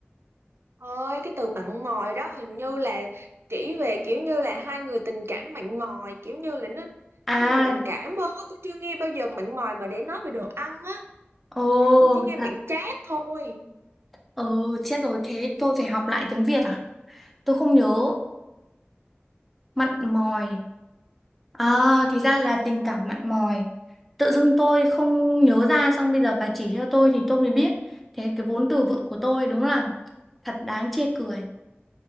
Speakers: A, on the right; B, in the centre.
A: Ôi cái từ mặn mòi đó hình như là chỉ về kiểu như là hai người tình cảm mặn mòi kiểu như là nó
B: À,
A: thiên về tình cảm hơn á tôi chưa nghe bao giờ mặn mòi mà để nói về đồ ăn á
B: ồ,
A: Thì tôi chỉ nghe
B: thật.
A: mặn chát thôi
B: Ừ, chết rồi thế tôi phải học lại tiếng Việt à? Tôi không nhớ. Mặn mòi. À, thì ra là tình cảm mặn mòi. Tự dưng tôi không nhớ ra xong bây giờ bà chỉ cho tôi thì tôi mới biết. Thế cái vốn từ vựng của tôi đúng là thật đáng chê cười.